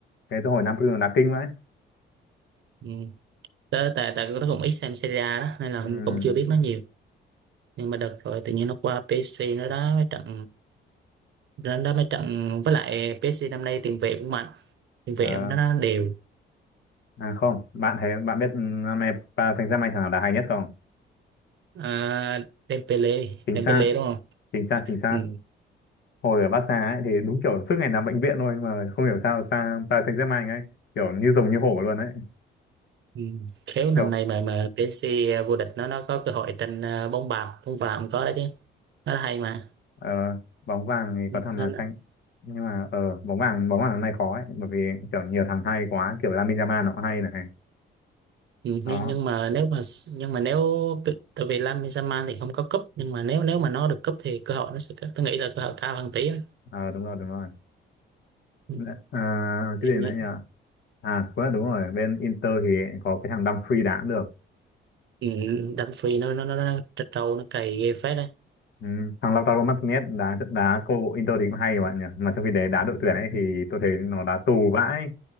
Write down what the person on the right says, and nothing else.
ừ. tớ tại tại tớ cũng ít xem Serie A đó nên là
cũng, cũng chưa biết nó nhiều nhưng mà đợt rồi tự nhiên nó qua PSG nó đá mấy trận nó đá mấy trận với lại PSG năm nay tiền vệ cũng mạnh tiền
vệ nó nó đều
à, Dembele
Dembele
đúng không
ừ.
Ừ. Khéo năm
nay mà mà PSG vô địch nó nó có cơ hội tranh à, bóng bạc bóng vàng có đó chứ nó hay mà
Ừ,
nên
ừ,
nhưng nhưng mà nếu mà nhưng mà nếu tự- tại vì Lam Yamal thì không có cúp nhưng mà nếu nếu mà nó được cúp thì cơ hội nó sẽ tôi nghĩ là cơ hội cao hơn tí đó.
ừ.
Nhưng-
nó-
ừ, Dumfries nó nó nó, nó trật trâu nó cày ghê phết đấy